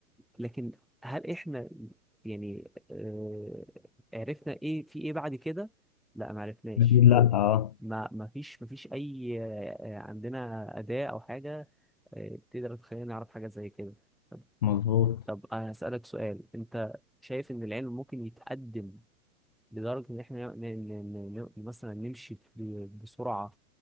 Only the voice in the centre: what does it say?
لكن هل احنا يعني آه عرفنا ايه في ايه بعد كده لا ما عرفناش
ما ما فيش ما فيش اي آه عندنا اداة او حاجة آه تقدر تخلينا نعرف حاجة زي كده طب
طب انا هسألك سؤال انت شايف ان العلم ممكن يتقدم لدرجة ان احنا ن- ن- ن- ن- مثلا نمشي ب- بسرعة